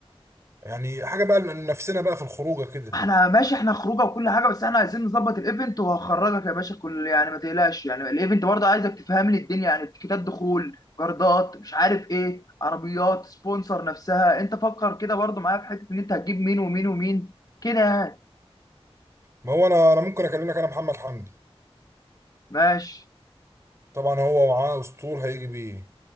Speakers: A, on the right; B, on the left.
A: يعني حاجه بقى لنفسنا بقى في الخروجه كده
B: احنا ماشي احنا خروجه وكل حاجه بس احنا عايزين نظبط الايفنت وهخرجك يا باشا كل يعني ما تقلقش يعني الايفنت برضه عايزك تفهم لي الدنيا يعني تيكيتات دخول جردات مش عارف ايه عربيات سبونسر نفسها انت فكر كده برضه معايا في حته ان انت هتجيب مين ومين ومين كده يعني
A: ما هو انا انا ممكن اكلمك انا محمد حمدي
B: ماشي
A: طبعا هو معاه اسطول هيجي بيه